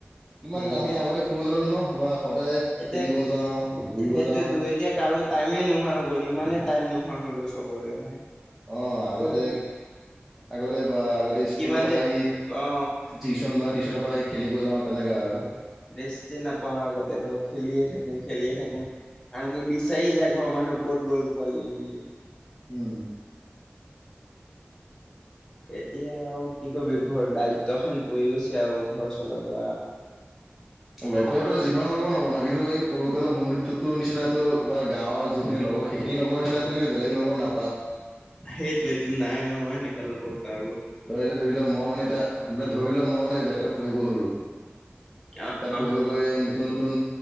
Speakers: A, in the centre; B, on the left.
A: কিমান
B: উম
A: দিন আমি আগতে সৰু কালত ন বা সদায় খেলিব
B: এতিয়া
A: যাওঁ ঘূৰিব
B: সেইটোয়েতো
A: যাওঁ
B: এতিয়া কাৰো টাইমে নোহোৱা হৈ গ'ল, ইমানেই টাইম নোহোৱা হৈ গ'ল চবৰে ভাই।
A: অ' আগতে-
B: চব
A: আগতে বা আগতে স্কুলৰ
B: কিমান
A: পৰা
B: যে
A: আহি উ
B: অ
A: টিউচনৰ পৰা আহি খেলিব যাওঁ তেনেকা আৰু।
B: ৰেষ্টে নাপাওঁ আগতে ধৰ, খেলিয়ে থাকো খেলিয়ে থাকো। কাৰন কি বিচাৰি যায় ঘৰৰ মানুহ ক'ত গ'ল পোৱালি বুলি।
A: উম।
B: এতিয়া আৰু কি কৰিবি ঘৰ দায়িত্ব খন পৰি গৈছে আৰু ঘৰ চলাব।
A: লগৰটো যিমান লগৰ নবনাও কিন্তু এই সৰুকালৰ বন্ধুত্বো নিচিনাতো বা গাঁৱৰ যেনেকৈ লগৰ সেইখিনি লগৰ নিচিনাতটো বেলেগ লগৰ না
B: সেইটোৱেটো নাই আৰু সেনেকা লগৰ কাৰো।
A: ধৰিতিয়া ধৰি লও মই মানে এতিয়া মানে ধৰি লও মই মানে বেলেগত পঢ়িব গলো।
B: অ
A: তাত পঢ়িব গৈ নতুন- নতুন